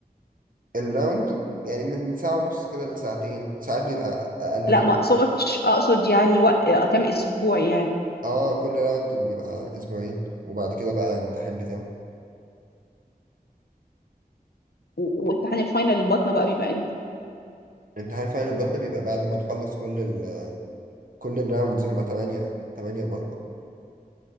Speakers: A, on the right; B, on the left.
A: الراوند يعني من ساعة ونص كده لساعتين ساعات بيبقى أقل
B: لا
A: حاجة
B: ما اقصدش اقصد يعني وق... آه، كام اسبوع يعني
A: اه كل راوند بيبقى أسبوعين وبعد كده بقى امتحان بتاعه
B: و- وامتحان الفاينل البطنه بقى بيبقى امتى
A: امتحان فعلا البطنة بيبقى بعد ما نخلص كل ال كل الراوندز هما تمانية تمانية بطنة